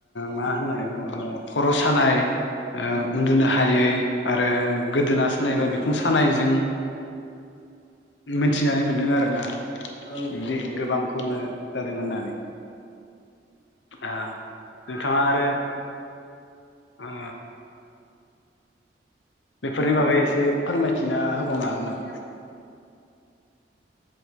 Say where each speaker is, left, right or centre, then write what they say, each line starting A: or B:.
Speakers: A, on the left; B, on the left.
A: मा होननानै बुङो खर' सानाय ओ
B: औ
A: उन्दुनो हायै आरो गोदोना सानायबा
B: उम
A: बिखुं सानायजों मिथिनानै मोनदों आरो ना
B: औ
A: बि
B: नंगौ
A: गोबांखौनो जा दोनो होननानै ओ नोंथाङा आरो ओ बेफोरनि
B: नोंथां
A: बागै एसे फोरमायथिना होबावनो
B: औ
A: हागोन नामा